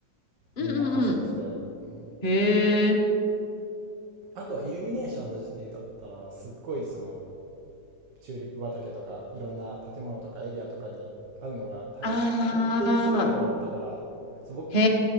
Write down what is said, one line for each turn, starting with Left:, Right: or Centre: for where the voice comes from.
Left: うんうんうん。
Right: みんな仮装して。うん、
Left: へえ。
Right: あとはイルミネーションの時期だったら、すっごいその、チューリップ畑とか、いろんな建物とかエリアとかに会うのが大、
Left: あ
Right: 本当にすごい量あったから、
Left: あ。
Right: そう、僕、
Left: へ